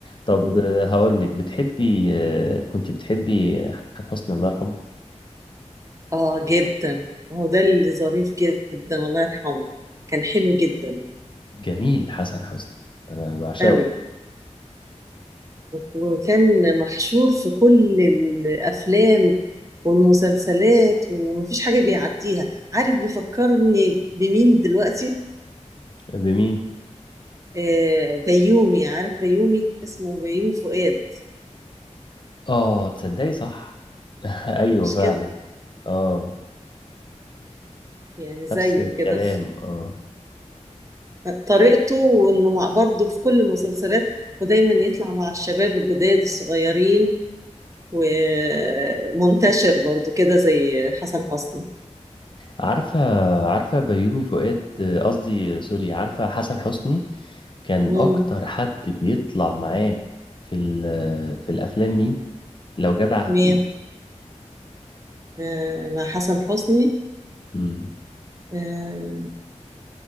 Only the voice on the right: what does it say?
مم.
اه جدا هو ده اللي ظريف جدا الله يرحمه كان حلو جدا
أوي وكان محشور في كل الأفلام والمسلسلات ومفيش حاجة بيعديها عارف بيفكرني بمين دلوقتي
آه بيومي عارف بيومي اسمه بيومي فؤاد
مش
كده
يعني زيه
كده في
طريقته وإنه مع برضه في كل المسلسلات ودايما يطلع مع الشباب الجداد الصغيرين ومنتشر برضه كده زي حسن حسني
مم.
مين آه، مع حسن حسني
آه،